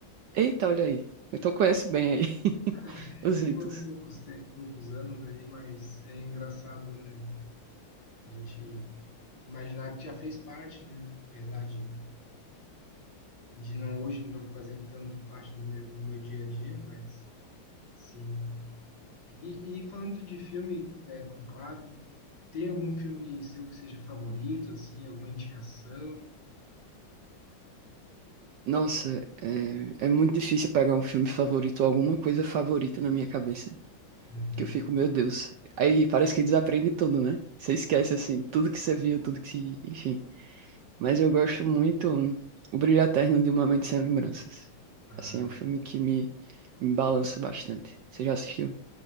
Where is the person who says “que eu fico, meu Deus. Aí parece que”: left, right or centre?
Right